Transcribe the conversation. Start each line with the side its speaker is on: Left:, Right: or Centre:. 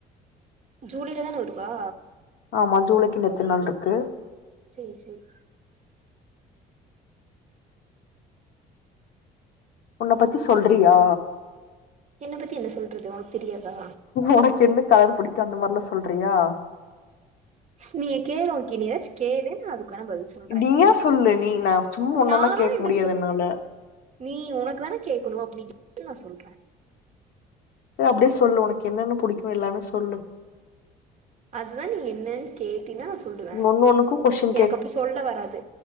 Right: ஜூனில தான வருவா
Left: ஆம்மா ஜூலைக்குகின்னு எத்துன் நாள்ருக்கு
Right: சேர் சேர்
Left: உன்ன பத்தி சொல்றியா
Right: என்ன பத்தி என்ன சொல்றது உனக்கு தெரியாதா
Left: உனக்கென்ன கலர் பிடிக்கு அந்த மாரில்லா சொல்றியா
Right: நீ கேளு ஓக்கே நீ எதாச் கேளு நா அதுக் வேனா பதில் சொல்றே
Left: நீயா சொல்லு நீ நா சும்மா ஒன்னொன்னா
Right: நானா
Left: கேக்
Right: என்ன
Left: முடியாது
Right: சொல்
Left: என்னால
Right: நீ உனக் தான கேக்குனு அப் நீ கே ள் நா சொல்றே
Left: செ அப்டே சொல்லு உனகென்னென்ன புடிக்கு எல்லாமே சொல்லு
Right: அதுதா நீ என்னன் நீ கேட்டீனா சொல்லுவ
Left: ஒன்னொன்னுக்கு கொஷ்ஷின்
Right: எனக் அப்டி சொல்ல வராது